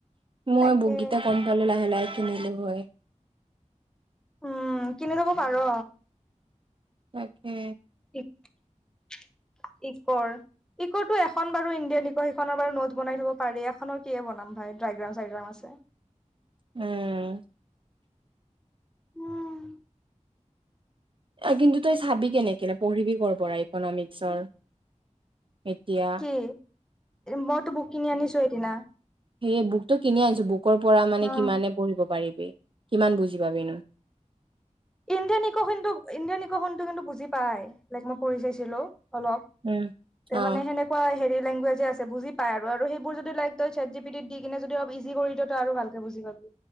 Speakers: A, on the right (about 40°); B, in the centre.
A: মই
B: তাকে
A: বুকগিটা গমপালে লাহে লাহে কিনিলোঁ হ'য়।
B: উম, কিনি ল'ব পাৰ।
A: তাকে।
B: <unintelligible> ইকৰ, ইকৰটো এখন বাৰু ইণ্ডিয়ান ইকৰ সেইখনৰ বাৰু নট বনাই থ'ব পাৰি, এখনৰ কিহে বনাম ভাই? ডাইগ্ৰাম-চাইগ্ৰাম আছে।
A: উম।
B: অঁ।
A: ঐ কিন্তু তই চাবি কেনেকে? পঢ়িবি কৰ পৰা ইকনমিক্সৰ এ তীয়া?
B: কি মইতো বুক কিনি আনিছো সেইদিনা।
A: সেই বুকটো কিনি আনিছো, বুকৰ পৰা মানে
B: অ
A: কিমানে পঢ়িব পাৰি? কি-কিমান বুজি পাবি নো?
B: ইণ্ডিয়ান ইকখনটো, ইণ্ডিয়ান ইকখনটো কিন্তু বুজি পাই। লাইক, মই পঢ়ি চাইছিলোঁ। অলপ
A: উম,
B: তে
A: অ',
B: মানে সেনেকুৱা হেৰি লেংগুৱেজে আছে বুজি পায় আৰু, আৰু সেইবোৰ যদি লাইক তই, ছেট জিপিটিত দি কিনে যদি অলপ ইজি কৰি দিয়' তই আৰু ভালেকে বুজি পাবি।